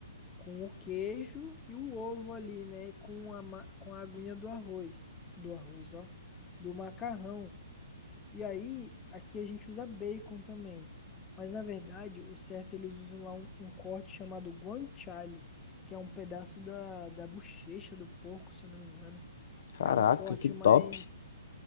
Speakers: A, on the left; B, on the left.
A: com o queijo e o ovo ali, né? com a, ma- com a aguinha do arroz. Do arroz, ó. Do macarrão. E aí, aqui a gente usa bacon também. Mas na verdade, o certo é eles usam lá um, um corte chamado guanciale, que é um pedaço da, da bochecha do porco, se eu não me engano.
B: Caraca,
A: É um corte
B: que top.
A: mais,